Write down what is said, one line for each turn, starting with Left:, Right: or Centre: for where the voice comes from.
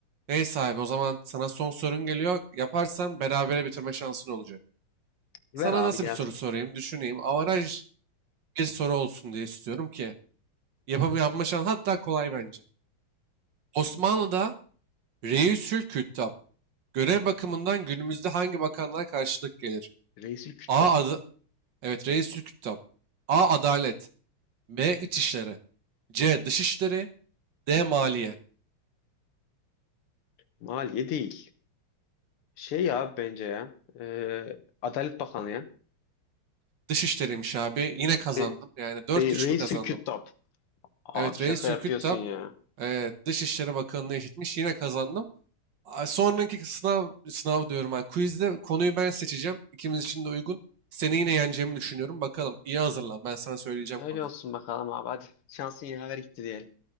Right: Neyse abi o zaman sana son sorun geliyor. Yaparsan berabere bitirme şansın olacak.
Left: Ver
Right: Sana
Left: abi
Right: nasıl
Left: gelsin.
Right: bir soru sorayım? Düşüneyim. Avaraj bir soru olsun diye istiyorum ki. Yapamı yapma şansı hatta kolay bence. Osmanlı'da Reisül Küttab görev bakımından günümüzde hangi bakanlığa karşılık gelir?
Left: Reisül Küttab.
Right: A adı evet Reisül Küttab. A. Adalet. B. İçişleri. C. Dışişleri. D. Maliye.
Left: Maliye değil. Şey ya bence ya. e, Adalet Bakanı ya.
Right: Dışişleriymiş abi. Yine kazandım.
Left: Re,
Right: Yani dört
Left: Re,
Right: üç
Left: Reisül
Right: mü kazandım?
Left: Küttab. Abi
Right: Evet
Left: şaka
Right: Reis
Left: yapıyorsun
Right: Ülküttab
Left: ya.
Right: e, Dışişleri Bakanlığı eşitmiş. Yine kazandım. A, Sonraki sınav, sınav diyorum. Ha. Quizde konuyu ben seçeceğim. İkimiz için de uygun. Seni yine yeneceğimi düşünüyorum. Bakalım iyi hazırlan. Ben sana söyleyeceğim
Left: Öyle
Right: konuyu.
Left: olsun bakalım abi. Hadi şansın yaver gitti diyelim.